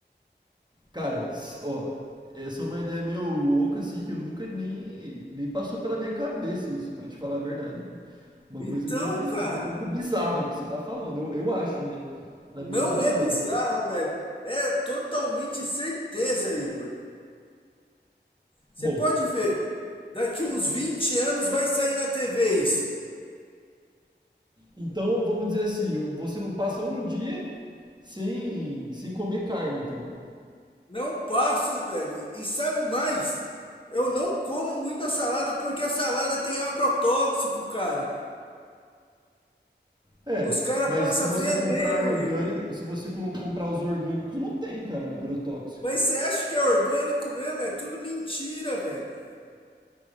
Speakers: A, on the right; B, on the left.
A: Cara, s- ó, essa é uma ideia meio louca, assim, que eu nunca nem, nem passou pela minha cabeça isso, pra te falar a verdade, cara. Uma
B: Então,
A: coisa meio biz-
B: cara,
A: um pouco bizarra o que você tá falando, eu, eu acho, né? Na
B: não
A: minha opinião.
B: é bizarra, velho. É totalmente certeza, Igor. Você
A: Bom,
B: pode ver, daqui uns 20 anos vai sair na TV isso.
A: então vamos dizer assim, você não passa um dia sem, sem comer carne, então.
B: Não passo, velho. E sabe mais? Eu não como muita salada porque a salada tem agrotóxico, cara.
A: É,
B: Os caras
A: mas
B: passam
A: se você
B: veneno,
A: comprar orgânico,
B: Igor.
A: se você colo- comprar os orgânicos, não tem, cara, agrotóxico.
B: Mas você acha que é orgânico mesmo? É tudo mentira, velho.